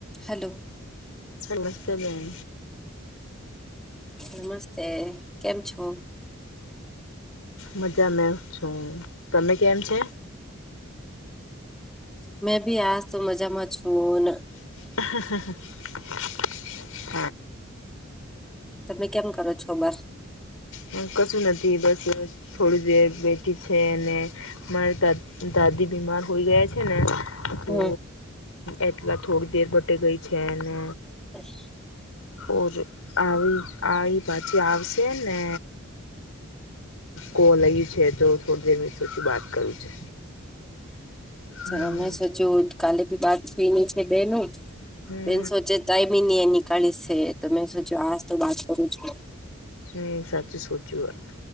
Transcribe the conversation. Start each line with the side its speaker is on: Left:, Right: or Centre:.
Centre: Hello
Left: સમસ્તે બેન.
Centre: નમસ્તે. કેમ છો?
Left: મજામે છું. તમે કેમ છે?
Centre: મેં ભી આજ તો મજામાં છું, અને
Left: <unintelligible>
Centre: તમે કેમ કરો છો? બસ.
Left: હ કશું નથી? બસ થોડી દેર મે ઠીક છે ને. મારા દાદા-દાદી બીમાર હોય ગયા છે ને. તો
Centre: હમ
Left: એટલા થોડી દેર બટે ગઈ છે ને.
Centre: <unintelligible>
Left: ઓર આવી આઈ પાછી આવશે ને. કોલઈ છે, તો થોડી દેર મે સોછી વાત કરું છે. હમ
Centre: તમે સોચ્યું હેઈ કાલેજ બાત પીની છે બે નું.
Left: <unintelligible>
Centre: બે સોચે ટાઈમી નહી નીકાળી છે, તો મેં સોચ્યું આજ તો બાત કરું છું.
Left: હમ, સાચું સોચ્યું વાત